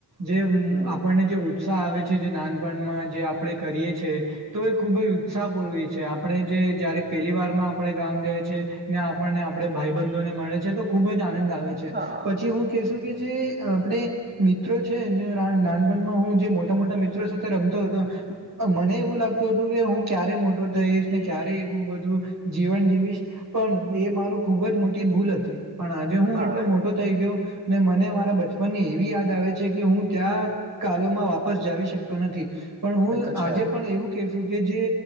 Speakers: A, on the right; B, on the right.
A: જે
B: હમ
A: આપણને જે ઉત્સાહ આવે છે જે નાનપણમાં જે આપણે કરીએ છી તો એ ખૂબજ ઉત્સાહ પૂર્વી છે આપણે જે જ્યારેક પહેલી વારમાં આપણે ગામ જાય છે ને આપણને આપણે ભાઈબંધોને મળે છે તો ખુબજ આનંદ આવે છે
B: હા
A: પછી હું કેશ કે જે આપણે મિત્રો છે જે નાનપણમાં હું જે મોટા મોટા મિત્રો સાથે રમતો હતો મને એવું લાગતું હતું કે હું ક્યારે મોટો થઈશ ને ક્યારે એવું બધું જીવન જીવીશ પણ એ મારું ખુબજ મોટી ભૂલ હતી પણ આજે હું
B: હા
A: એટલો મોટો થઈ ગયો ને મને મારા બચપનની એવી યાદ આવે છે કે હું ત્યાં કાલમાં વાપસ જાવ શકતો નથી પણ હું
B: એ તો છે
A: આજે પણ એવું કશુંકે જે